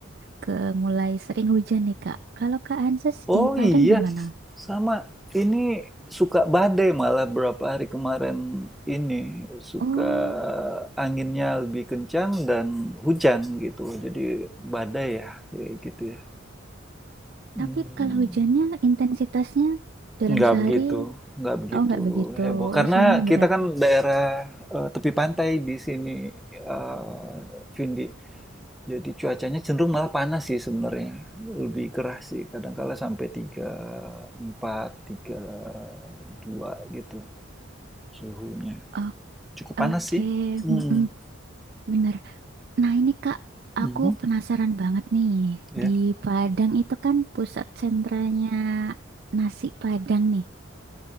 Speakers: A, on the right (about 50°); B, in the centre.
A: ke mulai sering hujan nih Kak. Kalau Kak Hanses
B: Oh
A: di Padang
B: iya,
A: gimana?
B: sama. Ini suka badai malah berapa hari kemarin ini. Suka
A: Oh,
B: anginnya lebih kencang dan hujan gitu. Jadi badai ya, kayak gitu ya. Hmm.
A: tapi kalau hujannya intensitasnya dalam
B: Nggak
A: sehari
B: begitu, nggak begitu
A: oh nggak begitu.
B: heboh.
A: Oh,
B: Karena
A: sama berarti.
B: kita kan daerah eh, tepi pantai di sini, eh, Vindi. Jadi cuacanya cenderung malah panas sih sebenarnya. Lebih gerah sih, kadang-kala sampai tiga empat, tiga dua gitu suhunya.
A: Oh,
B: Cukup
A: oke,
B: panas sih. Mm.
A: mm-mm, benar. Nah, ini Kak,
B: Mhm.
A: aku penasaran banget nih.
B: Ya.
A: Di Padang itu kan pusat sentranya nasi Padang nih.